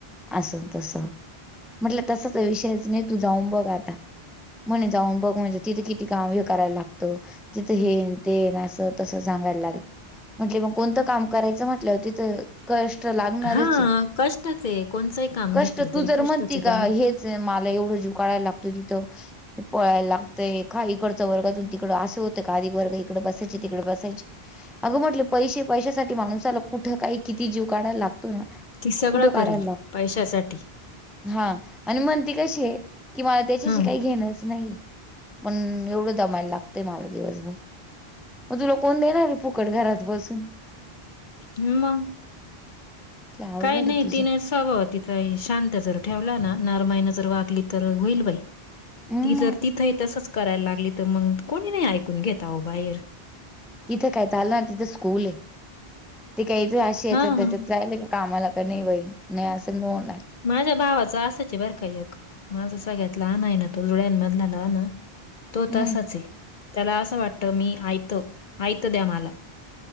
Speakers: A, in the centre; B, on the left.
A: असं तस म्हटलं तसाच विषयच नाही तू जाऊन बघ आता. म्हणे जाऊन बघ म्हणजे तिथे किती काम हे करायला लागतं. तिथं हेन ते येन असं तस सांगायला लागल म्हणे मग कोणतं काम करायचं म्हटलं होती तर कष्ट लागणारच
B: हां, कष्टाचं आहे. कोणचंही काम
A: कष्ट
B: घेतलं
A: तू
B: तरी
A: जर
B: कष्टाचं
A: म्हणते
B: आहे
A: का
B: त्याला.
A: हेच मला एवढं झुकायला लागतो तिथं पळायला लागतंय का इकडचा वर्गातून तिकडं असं होतं का आधी वर्ग इकड बसायचे तिकडे बसायचे. अगं म्हटले पैसे पैशासाठी माणसाला कुठं काही किती जीव काढायला लागत.
B: ती सगळं
A: कुठं काढाय
B: करील
A: लागतो.
B: पैशासाठी.
A: हा आणि म्हणती कशी आहे की मला त्याच्याशी
B: हं.
A: काही घेणंच नाही. पण एवढं दमायला लागतंय मला दिवसभर. मग तुला कोण देणारी फुकट घरात बसून.
B: हम्म, मग
A: ते अवघड
B: काय नाही,
A: आहे तुझं
B: तिन स्वभाव तिचा शांत जर ठेवला ना नारमायनं जर वागली ना तर होईल बाई,
A: हम्म
B: ती जर तिथ ही तसच करायला लागली तर मग कोणी नाही ऐकून घेत हो बाहेर.
A: तिथं काय चालणार तिथं स्कूल आहे ते काही अशीे
B: हां.
A: याच्यात त्याच्यात जायला. कामाला का नाही बाई नाही असं, <unintelligible>
B: माझ्या भावाचं असाचे बर का एक. माझा सगळ्यात लहान आहे, ना तो जुळ्यान मधला लहान ना. तो
A: हम्म
B: तसाच त्याला असं वाटतं मी ऐतं ऐतं द्या मला.